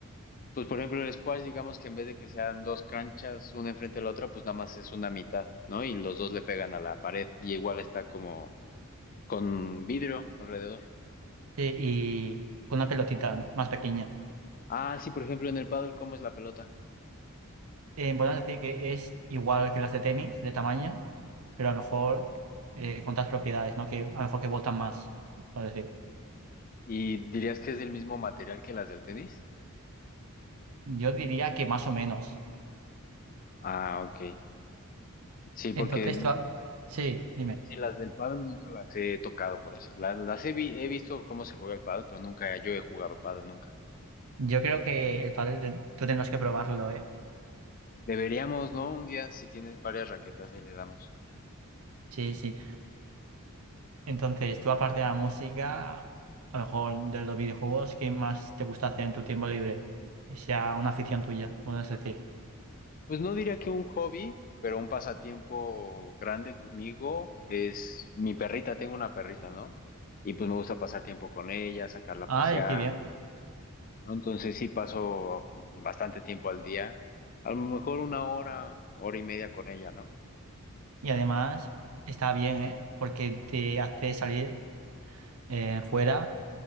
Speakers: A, on the left; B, on the right.
A: Pues por ejemplo el squash, digamos que en vez de que sean dos canchas, una enfrente de la otra, pues nada más es una mitad, ¿no? Y los dos le pegan a la pared y igual está como con vidrio alrededor.
B: Sí, y con una pelotita, ¿no? Más pequeña.
A: Ah, sí, por ejemplo en el pádel ¿cómo es la pelota?
B: eh, podemos decir que es igual que las de tenis, de tamaño, pero a lo mejor eh, con otras propiedades, ¿no? Que a lo mejor que botan más, por decir.
A: ¿Y dirías que es del mismo material que las del tenis?
B: Yo diría que más o menos.
A: Ah, ok. Sí,
B: Entonces,
A: porque el-
B: tú ha- sí, dime.
A: sí, las del pádel nunca las he tocado, por así. Las, las he, vi- he visto cómo se juega el pádel, pero nunca yo he jugado pádel nunca.
B: Yo creo que el pádel te- tú tendrás que probarlo, ¿eh?
A: Deberíamos, ¿no? Un día si tienes varias raquetas ahí le damos.
B: Sí, sí. Entonces, tú aparte de la música, a lo mejor de los videojuegos, ¿qué más te gusta hacer en tu tiempo libre? Que Sea una afición tuya, podemos decir.
A: Pues no diría que un hobby, pero un pasatiempo grande conmigo es mi perrita, tengo una perrita, ¿no? Y pues me gusta pasar tiempo con ella, sacarla a
B: Ay,
A: pasear,
B: qué bien.
A: ¿no? Entonces sí paso bastante tiempo al día, a lo mejor una hora, hora y media con ella, ¿no?
B: Y además, está bien, ¿eh? Porque te hace salir eh, fuera